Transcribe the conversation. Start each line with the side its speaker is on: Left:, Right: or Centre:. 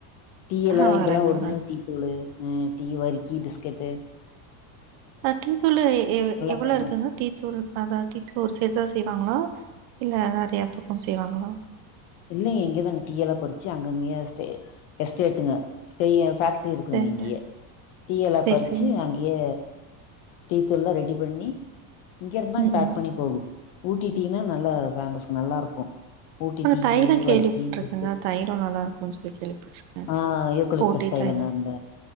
Left: டீ எல்லா
Right: ஆ
Left: இங்கெல்லா
Right: வரேங்க
Left: ஒரிஜினல்
Right: ஒரு நாளைக்கு.
Left: டீ தூளு ம் டீ வரிக்கி பிஸ்கெட்டு்
Right: ஆ டீ தூள் எ எவ்வள
Left: ஃபேமஸ்
Right: இருக்குங்க டீ தூள் அத டீத்துல ஒரு செட் தோசைய வாங்கனா இல்ல ந துக்கம் செய்வாங்களா
Left: இல்லிங்க எங்கயதாங்க டீ எல்லா பொரிச்சு அங்கங்கய எஸ் எஸ்டேட்டுங்க பெரிய ஃபேக் ட்டி இருக்குங்க
Right: சரி
Left: இங்கி
Right: சரி
Left: யே டீயலா
Right: சரி
Left: பறிச்சி
Right: சரிங்க.
Left: அங்கயே டீ தூள்ல்லா ரெடி பண்ணி இங்க இருந்தா அங்க
Right: ம்
Left: பேக்
Right: ம்
Left: பண்ணி போகுது ஊட்டி டீனா நல்லா பேமஸ் நல்லா இருக்கு ஊட்டி
Right: இப்ப
Left: டீயி
Right: தையெலோ கேள்விப்பட்டிருக்கங்க
Left: வர்க்கி பிஸ்கட்
Right: தைலும் நல்லா இருக்கும்ன்னு சொல்லி கேள்விப்பட்டுருக்கே
Left: ஆ யூக்கலிப்டஸ்
Right: போட்டி
Left: தைலங்க
Right: தைலோ
Left: அந்த